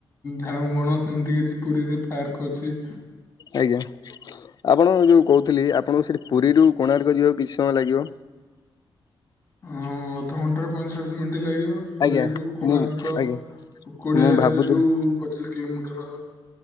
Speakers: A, on the left; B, on the left.
A: ଝାଉଁ ବଣ ସେମିତି କିଛି ପୁରୀରେ ପାର୍କ ଅଛି।
B: ଆଜ୍ଞା। ଆପଣଙ୍କୁ ଯୋଉ କହୁଥିଲି ଆପଣଙ୍କୁ ସେଠି ପୁରୀରୁ କୋଣାର୍କ ଯିବାକୁ କିଛି ସମୟ ଲାଗିବ।
A: ହଁ ଅଧଘଣ୍ଟାରୁ ପଇଁଚାଳିଶ ମିନିଟ୍ ଲାଗିବ। ପୁରୀରୁ
B: ଆଜ୍ଞା
A: କୋଣାର୍କ
B: ମୁଁ ଆଜ୍ଞା
A: କୋଡିଏ
B: ମୁଁ ଭାବୁଥିଲି
A: ରୁ ପଚିଶ କିଲୋମିଟର ହବ।